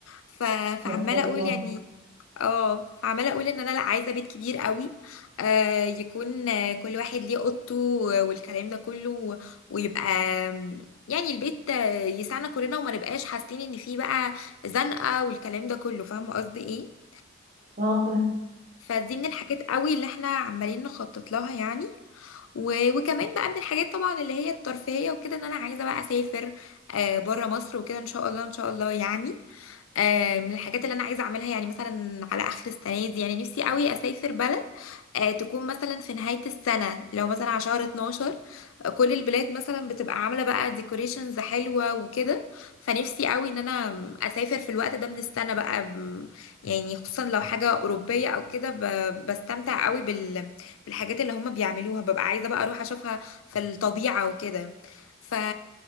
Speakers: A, on the left; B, on the right.
A: ف...
B: ما
A: فعماله
B: شاء الله
A: اقول يعني اه فعماله اقول ان انا لا عايزه بيت كبير قوي آه يكون آه، كل واحد ليه اوضته والكلام ده كله و- ويبقى آم، يعني البيت آه، يسعنا كلنا وما نبقاش حاسين ان فيه بقى زنقه والكلام ده كله فاهمه قصدي ايه
B: اه فاهمة.
A: فدي من الحاجات قوي اللي احنا عمالين نخطط لها يعني و- وكمان بقى من الحاجات طبعا اللي هي الترفيهيه وكده ان انا عايزه بقى اسافر آه بره مصر وكده ان شاء الله ان شاء الله يعني آه، من الحاجات اللي انا عايزه اعملها يعني مثلا على اخر السنه دي يعني نفسي قوي اسافر بلد آه، تكون مثلا في نهايه السنه لو مثلا على شهر 12 آه، كل البلاد مثلا بتبقى عامله بقى ديكوريشنز حلوه وكده فنفسي قوي ان انا اسافر في الوقت ده من السنه بقى م- يعني خصوصا لو حاجه اوروبيه او كده ب- بستمتع قوي بال بالحاجات اللي هم بيعملوها ببقى عايزه بقى اروح اشوفها في الطبيعه وكده ف...